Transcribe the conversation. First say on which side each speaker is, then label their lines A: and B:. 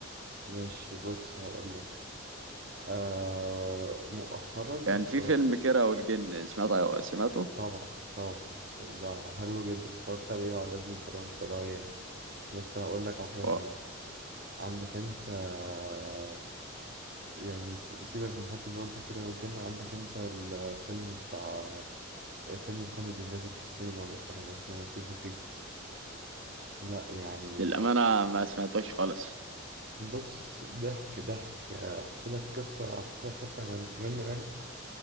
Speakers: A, on the right; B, on the right.
A: ماشي بص هقول لك آه مؤخرا
B: كان
A: اتفرج-
B: في فيلم كيرة والجن سمعت سمعته
A: طبعا طبعا بس ده حلو جدا اتفرجت عليه وعجبني بطريقة مش طبيعية يعني. بس هقول لك على حاجة
B: هو
A: تانية عندك انت آه، يعني سي- سيبك من حتة برضه كده والجن عندك انت الفيلم بتاع فيلم كوميدي نزل في السينما مؤخرا اسمه سيكو سيكو لا يعني
B: للأمانة ما سمعتوش خالص
A: بص ضحك ضحك آه، احكي لك قصة احكي لك حتة من منه يعني